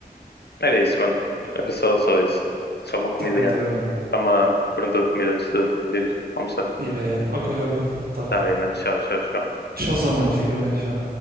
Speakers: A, on the left; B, on the right.
A: Era isso, mano.
B: Yeah.
A: Era só, só isso. Só uma comidinha.
B: Tá bem, tá bem, olha.
A: Só uma pergunta de comida antes de de ir almoçar.
B: Yeah, yeah. OK, OK. Tá.
A: Tá bem, mano. Tchau, tchau, tchau.
B: Tchauzão, mano, fica bem, tchau.